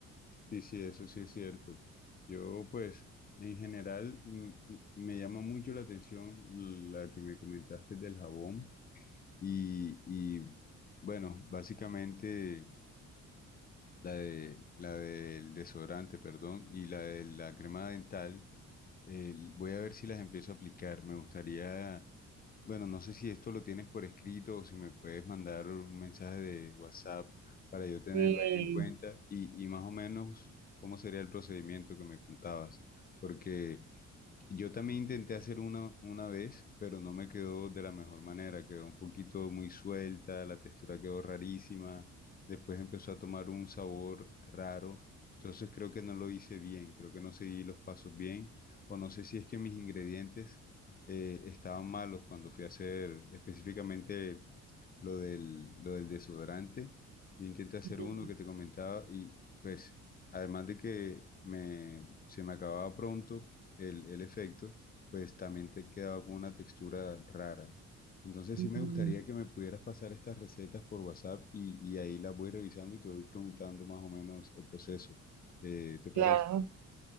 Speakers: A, on the left; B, on the right.
A: Sí, sí, eso sí es cierto. Yo, pues, en general mm, mm, me llama mucho la atención la que me comentaste del jabón y, y bueno, básicamente la de, la del desodorante, perdón, y la de la crema dental. eh, voy a ver si las empiezo a aplicar. Me gustaría, bueno, no sé si esto lo tienes por escrito o si me puedes mandar un mensaje de WhatsApp para yo tenerlo
B: Sí.
A: ahí en cuenta y, y más o menos cómo sería el procedimiento que me contabas. Porque yo también intenté hacer una, una vez, pero no me quedó de la mejor manera. Quedó un poquito muy suelta, la textura quedó rarísima. Después empezó a tomar un sabor raro. Entonces creo que no lo hice bien, creo que no seguí los pasos bien. O no sé si es que mis ingredientes eh, estaban malos cuando fui a hacer específicamente lo del, lo del desodorante. Yo intenté hacer
B: Mm,
A: uno que te comentaba y pues además de que me, se me acababa pronto el, el efecto, pues también te quedaba con una textura rara. Entonces
B: mm,
A: sí me gustaría que me pudieras pasar estas recetas por WhatsApp y, y ahí las voy revisando y te voy preguntando más o menos el proceso. Eh, ¿te parece?
B: Claro,